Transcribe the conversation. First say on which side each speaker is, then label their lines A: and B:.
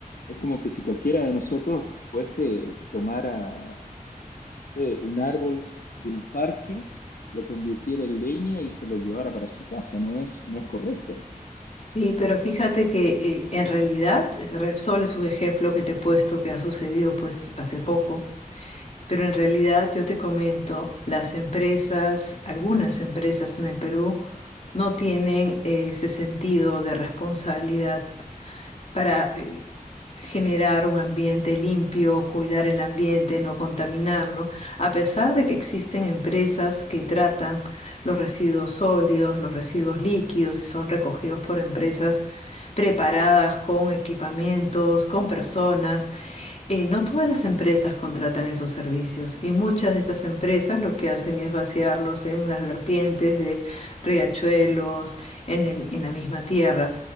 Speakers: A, on the left; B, on the left.
A: es como que si cualquiera de nosotros fuese tomara, no sé, un árbol de un parque, lo convirtiera en leña y se lo llevara para su casa, no es, no es correcto.
B: Y, pero fíjate que eh, en realidad Repsol es un ejemplo que te he puesto que ha sucedido pues hace poco, pero en realidad yo te comento, las empresas, algunas empresas en el Perú no tienen eh, ese sentido de responsabilidad para eh, generar un ambiente limpio, cuidar el ambiente, no contaminarlo, a pesar de que existen empresas que tratan los residuos sólidos, los residuos líquidos y son recogidos por empresas preparadas con equipamientos, con personas. Eh, no todas las empresas contratan esos servicios y muchas de estas empresas lo que hacen es vaciarlos en las vertientes de riachuelos, en el- en la misma tierra.